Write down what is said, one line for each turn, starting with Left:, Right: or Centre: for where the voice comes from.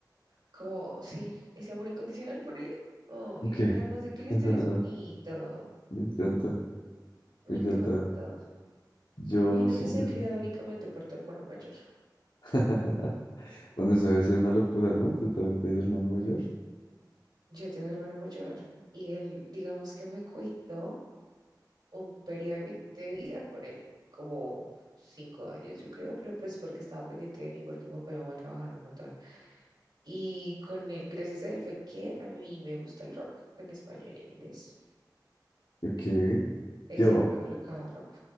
Right: Como, sí, ese amor incondicional, ponele. Ay,
Left: ¿qué?
Right: además de que la
Left: <laughs>
Right: historia es bonita,
Left: Me encanta, me
Right: me
Left: encanta.
Right: encanta.
Left: Yo
Right: Imagínate
Left: siento,
Right: si ha criado únicamente por tu hermano mayor.
Left: <laughs> bueno, se va a decir una locura, ¿no? Tú también tienes hermano mayor.
Right: Yo tengo un hermano mayor y él, digamos que me cuidó un periodo de, mi- de vida, ponele, como cinco años, yo creo, pero pues porque estaba pendiente de mí, porque papá y mamá trabajaron un montón. Y con él, gracias a él, fue que a mí me gusta el rock en español y en inglés.
Left: Ok.
Right: Él
Left: Yo,
Right: siempre me colocaba rock.